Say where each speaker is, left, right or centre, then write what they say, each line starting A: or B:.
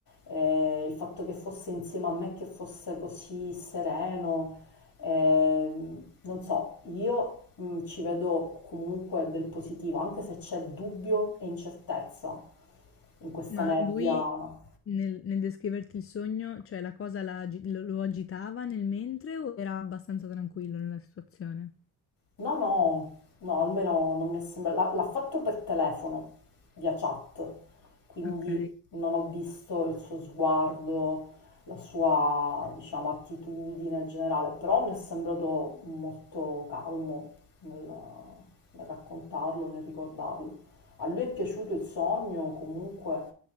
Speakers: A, on the left; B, on the left.
A: eh, il fatto che fosse insieme a me, che fosse così sereno, eh, non so, io mh, ci vedo comunque del positivo, anche se c'è dubbio e incertezza in questa
B: Ma
A: nebbia.
B: lui nel, nel descriverti il sogno, cioè la cosa la agi- lo, lo agitava nel mentre o era abbastanza tranquillo nella situazione?
A: No, no, no, almeno non mi è sembrato. L'ha l'ha fatto per telefono, via chat, quindi
B: Ok.
A: non ho visto il suo sguardo, la sua, diciamo, attitudine generale, però mi è sembrato molto calmo nel, nel raccontarlo, nel ricordarlo. A lui è piaciuto il sogno, comunque,